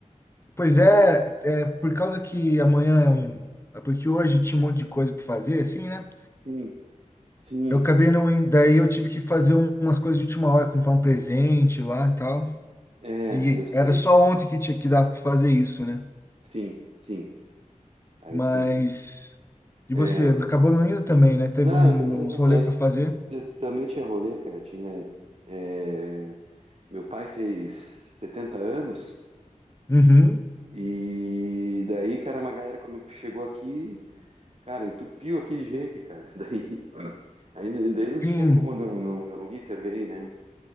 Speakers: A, on the left; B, on the right.
A: Pois é,
B: Pô,
A: é, por causa que amanhã é um. é Porque hoje tinha um monte de coisa pra fazer, assim, né?
B: Sim, sim.
A: Eu acabei não indo. Daí eu tive que fazer um- umas coisas de última hora, comprar um presente lá e tal.
B: É,
A: E
B: eu sei.
A: era só ontem que tinha que dar pra fazer isso, né?
B: Sim, sim. Aí
A: Mas.
B: eu sei que.
A: E
B: É.
A: você?
B: eu-
A: Acabou não indo também, né? Teve
B: Não,
A: um- uns rolê
B: eu,
A: para fazer.
B: eu também tinha rolê, cara. Tinha. é, Meu pai fez 70 anos.
A: Uhum.
B: E daí, cara, uma galera come- chegou aqui, cara, entupiu aqui de gente, cara. <laughs> Daí, aí, daí não tinha
A: Sim.
B: como não, não, não ir também, né?